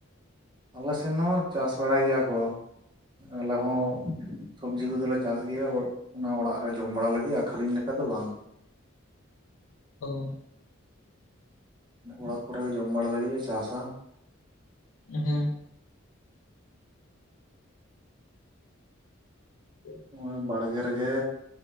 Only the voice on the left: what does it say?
ᱚ
<inaudible> <inaudible>